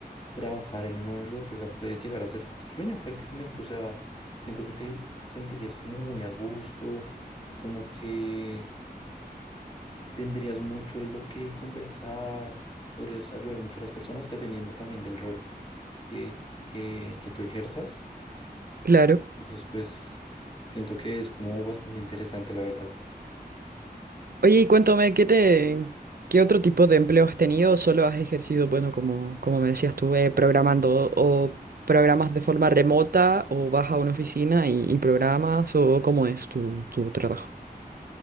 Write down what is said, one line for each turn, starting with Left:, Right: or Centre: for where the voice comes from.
Left: trabajar en una biblioteca puede llegar a ser tu sueño prácticamente, o sea, siento que te sentirías como muy a gusto, como que tendrías mucho de lo que conversar, podrías ayudar mucho a las personas dependiendo también del rol que, que, que tú ejerzas.
Right: Claro.
Left: Entonces, pues siento que es como bastante interesante, la verdad.
Right: Oye, y cuéntame, ¿qué te, qué otro tipo de empleo has tenido? ¿O ¿Solo has ejercido, bueno, como, como me decías tú, eh, programando o programas de forma remota o vas a una oficina y, y programas o cómo es tu, tu trabajo?